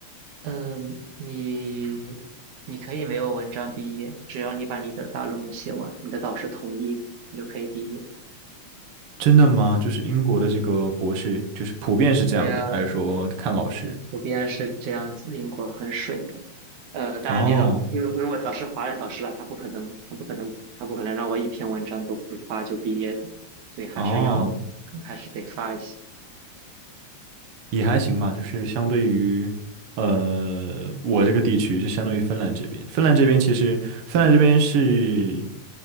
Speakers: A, on the right; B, on the right.
A: 嗯、你你可以没有文章毕业，只要你把你的大论文写完，你的导师同意，你就可以毕业。
B: 真的吗？就是英国的这个博士，就是普遍是这样的，
A: 对呀，
B: 还是说看老师？
A: 普遍是这样子，英国很水的。呃，当然你导，
B: 哦
A: 因为因为我导师华人导师了，他不可能，他不可能，他不可能让我一篇文章都不发就毕业的，所以还是要，
B: 哦，
A: 还是得发一些。
B: 也还行吧，就是相对于，呃，我这个地区，就相当于芬兰这边。芬兰这边其实，芬兰这边是